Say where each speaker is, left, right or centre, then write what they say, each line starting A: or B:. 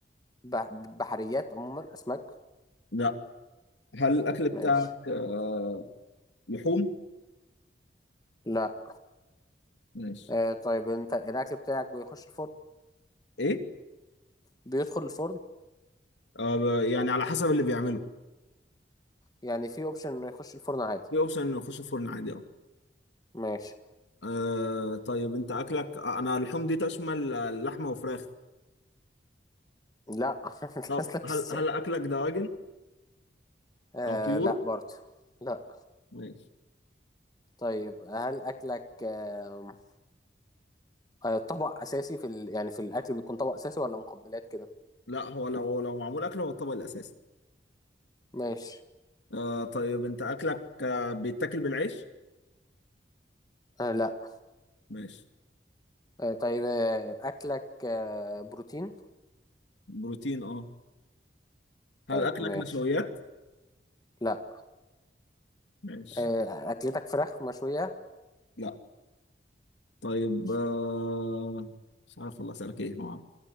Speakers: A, on the left; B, on the left.
A: بح... بحريات عموما اسماك
B: لا هل الأكل بتاعك
A: ماشي
B: آه، لحوم؟
A: لا
B: ماشي
A: آه... طيب انت الاكل بتاعك بيخش الفرن
B: إيه؟
A: بيدخل الفرن
B: آه ب- يعني على حسب اللي بيعمله
A: يعني في اوبشن انه يخش الفرن عادي
B: في أوبشن إنه يخش الفرن عادي أهو
A: ماشي
B: آه طيب أنت أكلك آه، أنا اللحوم دي تشمل آه، لحمة وفراخ
A: لا <laughs>
B: طب
A: نفس السؤال.
B: هل هل أكلك دواجن
A: آه
B: أو طيور؟
A: لا برضو لا
B: ماشي
A: طيب هل اكلك آه آه، طبق اساسي في ال... يعني في الاكل بيكون طبق اساسي ولا مقبلات كده
B: لا هو لو لو معمول أكل هو الطبق الأساسي
A: ماشي
B: آه طيب أنت أكلك آه، بيتاكل بالعيش؟
A: آه لا
B: ماشي
A: آه طيب آه اكلك آه بروتين
B: بروتين أه هل
A: طيب
B: أكلك
A: ماشي
B: نشويات؟
A: لا
B: ماشي
A: آه اكلتك فراخ مشوية
B: لا طيب
A: مش
B: آه مش عارف والله أسألك إيه هو